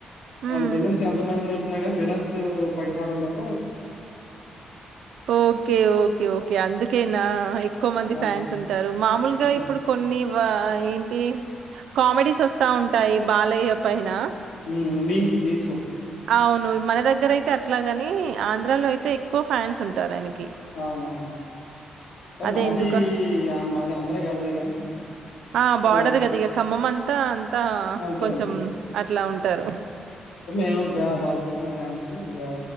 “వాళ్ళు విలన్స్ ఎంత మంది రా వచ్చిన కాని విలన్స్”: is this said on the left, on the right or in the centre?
Left